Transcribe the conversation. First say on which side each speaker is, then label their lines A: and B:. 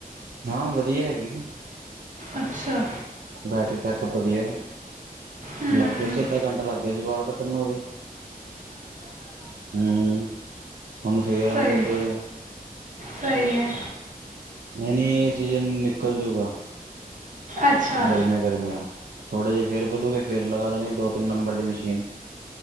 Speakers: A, on the right; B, on the right.
A: ਹਾਂ, ਵਦੀਆ ਹੈਗੀ।
B: ਅੱਛਾ।
A: ਬੈਟਰੀ ਬੈਕਅਪ ਵਦੀਐ।
B: ਹੂੰ।
A: ਲੱਗ ਗੇਆ ਸੀ, ਅੱਧਾ ਘੰਟਾ ਲੱਗ ਗੇਆ ਸੀ ਵਾਲ ਕੱਟਣ ਨੂੰ ਓਦੇ। ਹੁੰ, ਹੁਣ ਫੇਰ ਆਂਦੇ
B: ਸਹੀ,
A: ਪਏ ਐ।
B: ਸਹੀ ਐ।
A: ਨ‍ਈ, ਨਈ, ਏ ਸੀਜਨ ਨਿਕਲ ਜੂਗਾ।
B: ਅੱਛਾ,
A: ਗਰਮੀਆ, ਗਰਮੀਆ, ਥੋੜੇ ਜਿਹੇ ਫੇਰ ਵਧੂਗੇ ਫੇਰ ਲਗਾ ਦੇਣੀ ਦੋ-ਤਿੰਨ ਨੰਬਰ ਦੀ ਮਸ਼ੀਨ।